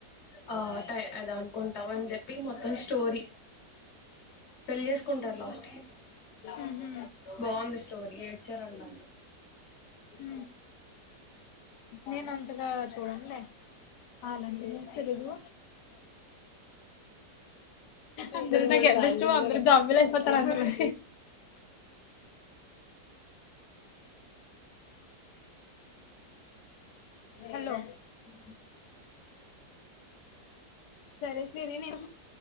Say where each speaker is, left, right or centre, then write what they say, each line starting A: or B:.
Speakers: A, on the left; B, on the left.
A: ఆ టై అది అనుకుంటావ్ అని చెప్పి మొత్తం స్టోరీ పెళ్లి చేేసుకుంటారు లాస్ట్కి
B: ఉహు
A: బాగుంది. స్టోరీ ఏడ్చారంటా అందరు
B: ఉహు నేను అంతగా చూడనులే అలాంటి మూవీస్ తెలీదు అందులో నాక్ ఎంతిష్టమో అందరు జాంబీలు వతరాంటుండు హలో
A: నో
B: సరే సిరి నేను